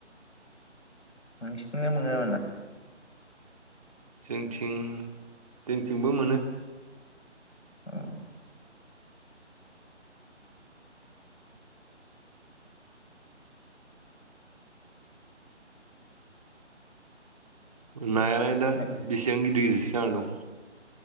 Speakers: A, on the left (about 75°); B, on the right (about 30°).
A: नोंसिनिजोंलाय मोनगोना मोना?
B: जोंनिथिं जोंनिथिंबो मोनो।
A: मोना
B: नायालाय दा
A: औ
B: बिसिबां गिद जाना दं।